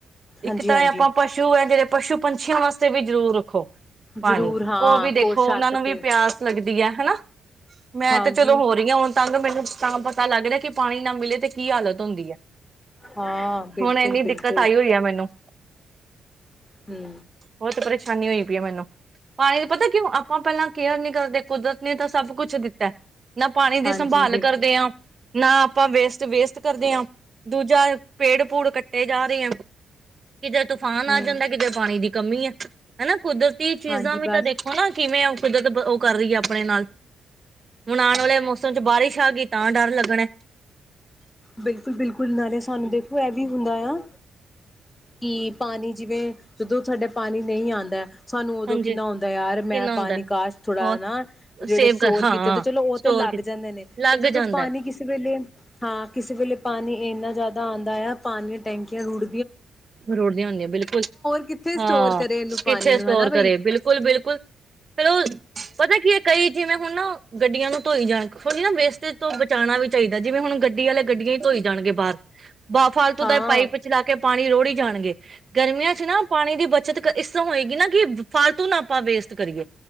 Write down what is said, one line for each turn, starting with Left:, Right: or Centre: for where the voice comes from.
Right: ਇੱਕ
Left: ਹਾਂਜੀ-ਹਾਂਜੀ
Right: ਤੈ ਐ ਅਪਾਂ ਪਸੂ ਐ ਜੇੜੇ ਪਸ਼ੂ ਪੰ ਪੰਛੀਆਂ ਵਾਸਤੇ ਵੀ ਜ਼ਰੂਰ ਰੱਖੋ। ਪਾਣੀ
Left: ਜ਼ਰੂਰ ਹਾਂ
Right: ਔ ਵੀ ਦੇਖੋ
Left: ਕੋ ਛੱਤ
Right: ਓਨਾਂ ਨੂੰ ਵੀ
Left: ਤੇ
Right: ਪਿਆਸ ਲੱਗਦੀ ਐ ਹਨਾ, ਮੈਂ
Left: ਹਾਂਜੀ
Right: ਤੇ ਚਲੋ ਹੋ ਰਹੀ ਹਾਂ ਹੁਣ ਤੰਗ ਮੈਨੂੰ ਤਾਂ ਪਤਾ ਲੱਗਦਾ ਕਿ ਪਾਣੀ ਨਾ ਮਿਲੇ ਤੇ ਕੀ ਹਾਲਤ ਹੁੰਦੀ ਹੈ,
Left: ਹਾਂ ਬਿਲਕੁਲ-ਬਿਲਕੁਲ
Right: ਹੁਣ ਇੰਨੀ ਦਿੱਕਤ ਆਈ ਹੋਈ ਆ ਮੈਨੂੰ।
Left: ਹੂੰ
Right: ਬਹੁਤ ਪਰੇਸ਼ਾਨੀ ਹੋਈ ਪਈ ਹੈ ਮੈਨੂੰ ਪਾਣੀ ਪਤਾ ਕਿਉਂ ਆਪਾਂ ਪਹਿਲਾਂ ਕੇਅਰ ਨੀ ਕਰਦੇ ਕੁਦਰਤ ਨੇ ਤਾਂ ਸਭ ਕੁੱਛ ਦਿੱਤਾ। ਨਾ ਪਾਣੀ ਦੀ
Left: ਹਾਂਜੀ
Right: ਸੰਭਾਲ
Left: ਬਿਲਕੁਲ
Right: ਕਰਦੇ ਹਾਂ। ਨਾ ਆਪਾਂ ਵੇਸਟ- ਵੇਸਟ ਕਰਦੇ ਹਾਂ ਦੂਜਾ ਪੇੜ ਪੂੜ ਕੱਟੇ ਜਾ ਰਹੇ ਆ। ਕਿਤੇ ਤੂਫਾਨ
Left: ਹੂੰ
Right: ਆ ਜਾਂਦਾ ਕਿਤੇ ਪਾਣੀ ਦੀ ਕਮੀ ਆ ਹਨਾ ਕੁਦਰਤੀ ਚੀਜ਼ਾਂ
Left: ਹਾਂਜੀ
Right: ਵੀ
Left: ਬਸ
Right: ਤਾਂ ਦੇਖੋ ਨਾ ਕਿਵੇਂ ਕੁਦਰਤ ਉਹ ਕਰ ਰਹੀ ਹੈ ਆਪਣੇ ਨਾਲ ਹੁਣ ਆਉਣ ਵਾਲੇ ਮੌਸਮ 'ਚ ਬਾਰਿਸ਼ ਆ ਗਈ ਤਾਂ ਡਰ ਲੱਗਣਾ।
Left: ਬਿਲਕੁਲ -ਬਿਲਕੁਲ ਨ ਸਾਨੂੰ ਦੇਖੋ ਇਹ ਵੀ ਹੁੰਦਾ ਆ ਕਿ ਪਾਣੀ ਜਿਵੇਂ ਜਦੋਂ ਸਾਡਾ ਪਾਣੀ ਨਹੀਂ ਆਉਂਦਾ ਸਾਨੂੰ ਉਦੋਂ
Right: ਹਾਂਜੀ
Left: ਕਿੰਨਾ ਆਉਂਦਾ ਯਾਰ
Right: ਕਿੰਨਾ
Left: ਮੈਂ
Right: ਹੁੰਦਾ
Left: ਪਾਣੀ ਕਾਸ਼ ਥੋੜਾ
Right: ਹੋਰ
Left: ਨਾ ਜਿਹੜੇ
Right: ਸੇਵ
Left: ਸਟੋਰ
Right: ਕਰ ਹਾਂ
Left: ਕੀਤੇ ਤੇ ਚਲੋ ਉਹ
Right: ਸਟੋਰ
Left: ਤੇ ਲੱਗ ਜਾਂਦੇ ਨੇ
Right: ਲੱਗ
Left: ਤੇ ਜਦੋਂ
Right: ਜਾਂਦਾ
Left: ਪਾਣੀ ਕਿਸ ਵੇਲੇ ਹਾਂ ਕਿਸੇ ਵੇਲੇ ਪਾਣੀ ਇੰਨਾ ਜ਼ਿਆਦਾ ਆਉਂਦਾ ਆ ਪਾਣੀਆਂ ਟੈਂਕੀਆਂ ਰੁੜ
Right: ਰੁੜਦੀਆਂ ਹੁੰਦੀਆਂ ਬਿਲਕੁਲ
Left: ਕਿੱਥੇ
Right: ਹਾਂ
Left: ਸਟੋਰ ਕਰੇ ਇਹਨੂੰ
Right: ਕਿੱਥੇ
Left: ਪਾਣੀ ਨੂੰ
Right: ਸਟੋਰ
Left: ਹਨਾ ਬਈ
Right: ਕਰੇ ਬਿਲਕੁਲ -ਬਿਲਕੁਲ ਚਲੋ ਪਤਾ ਕੀ ਹੈ ਕਈ ਜਿਵੇਂ ਹੁਣ ਨਾ ਗੱਡੀਆਂ ਨੂੰ ਧੋਈ ਜਾਣ ਥੋੜ੍ਹੀ ਨਾ ਵੇਸਟੇਜ ਤੋਂ ਬਚਾਉਣਾ ਵੀ ਚਾਹੀਦਾ ਜਿਵੇਂ ਹੁਣ ਗੱਡੀ ਵਾਲੇ ਗੱਡੀਆਂ ਹੀ ਧੋਈ ਜਾਣਗੇ ਬਾਹਰ ਬਾਹ ਫਾਲਤੂ
Left: ਹਾਂ
Right: ਦਾ ਪਾਈਪ ਚਲਾ ਕੇ ਪਾਣੀ ਲੋ। <unintelligible> ਵੀ ਜਾਣਗੇ। ਗਰਮੀਆਂ 'ਚ ਨਾ ਪਾਣੀ ਦੀ ਬੱਚਤ ਇਸ ਤਰ੍ਹਾਂ ਹੋਏਗੀ ਨਾ ਕਿ ਫਾਲਤੂ ਨਾ ਆਪਾਂ ਵੇਸਟ ਕਰੀਏ।